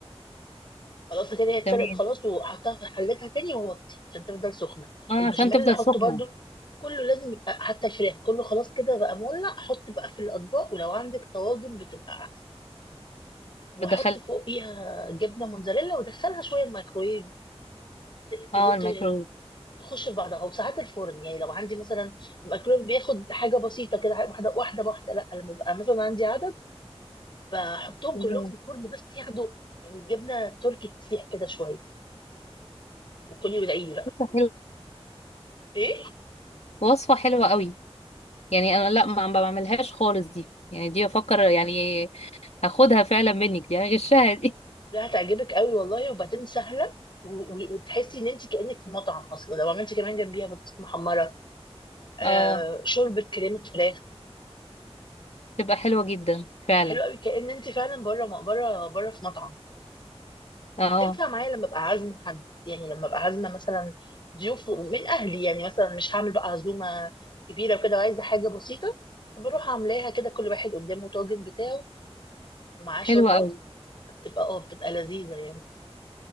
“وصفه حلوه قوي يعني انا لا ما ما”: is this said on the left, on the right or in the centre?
Left